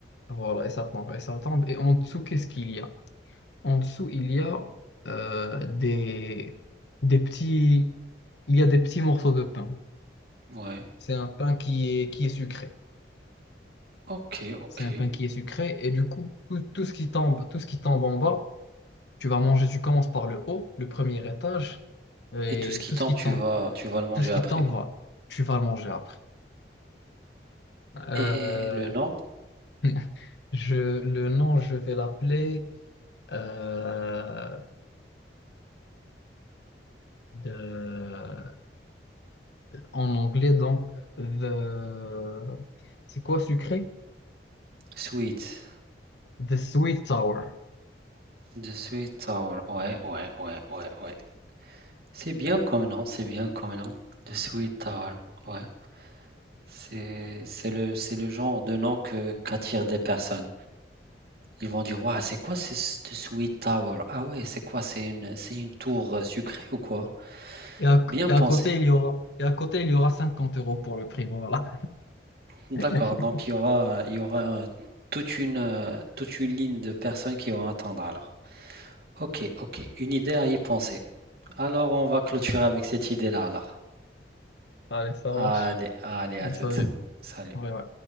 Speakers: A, on the left; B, on the right.
A: Voilà, et ça tombe, et ça tombe. Et en dessous, qu'est-ce qu'il y a? En dessous, il y a euh, des, des petits, il y a des petits morceaux de pain.
B: Ouais.
A: C'est un pain qui est, qui est sucré.
B: Ok, ok.
A: C'est un pain qui est sucré. Et du coup, tout, tout ce qui tombe, tout ce qui tombe en bas, tu vas manger, tu commences par le haut, le premier étage, et
B: Et tout ce qui
A: tout
B: tombe,
A: ce qui
B: tu
A: tombe,
B: vas, tu vas le manger
A: tout ce qui
B: après.
A: tombe, voilà, tu vas le manger après. Euh,
B: Et le nom?
A: <laughs> Je, le nom, je vais l'appeler euh, de- en anglais, donc, the, c'est quoi sucré?
B: Sweet.
A: The Sweet Tower.
B: The Sweet Tower. Ouais, ouais, ouais, ouais, ouais. C'est bien comme nom, c'est bien comme nom. The Sweet Tower. Ouais. C'est, c'est le, c'est le genre de nom que, qu'attirent des personnes. Ils vont dire, ouais c'est quoi ce- cette Sweet Tower? Ah ouais, c'est quoi? C'est une, c'est une tour euh, sucrée ou quoi?
A: Et à,
B: Bien
A: et
B: pensé.
A: à côté, il y aura, et à côté, il y aura 50 euros pour le prix, voilà.
B: D'accord,
A: <laughs>
B: donc il y aura, il y aura euh, toute une, euh, toute une ligne de personnes qui vont attendre alors. Ok, ok, une idée à y penser. Alors on va clôturer avec cette idée-là alors.
A: Allez, ça marche.
B: Allez, allez,
A: Allez,
B: à toutes.
A: ça, j'ai-
B: Salut.
A: ouais, ouais.